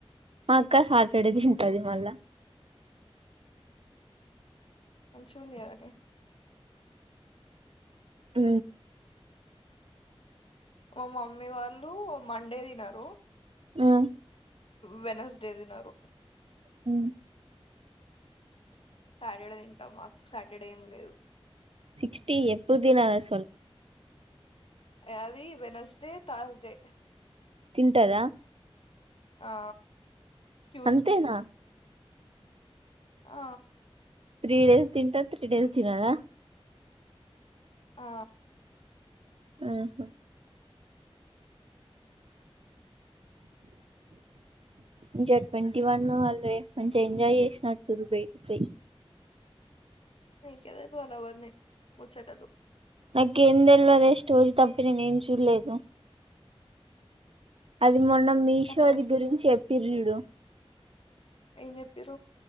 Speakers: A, on the right; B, on the left.
A: మా అక్క సాటర్డే తింటది మళ్ళా
B: అషమందిదనే
A: ఊ
B: మా మమ్మీ వాళ్ళు మండే తినారు
A: ఊ
B: వెనస్డే తినారు
A: ఉ
B: సాటర్డే తింటాం మాకు సాటర్డే ఏం లేదు
A: సక్స్టీ ఎప్పుడుదినాద సల్
B: అది వెనస్డే తాస్డే
A: తింటదా
B: ఆ ట్యూస్డే
A: అంతేనా
B: ఆ
A: త్రీ డేస్ తింటా త్రీ డేస్ తినార
B: ఆ
A: ఆహా ఇంచ ట్వంటీ వన్ వాళ్ళే మంచిగా ఎంజాయ్ చేసినట్ రు పే పే
B: కేదలు అలావన్న ముచ్చటలు
A: నాకు ఎంద తెల్వ అదే స్టోరీ తప్పి నేను ఏం చూడలేదు ఇది మొన్న మీషోది
B: అరే
A: గురించి చెప్పిర్ చూడు
B: ఏం చెప్పిర్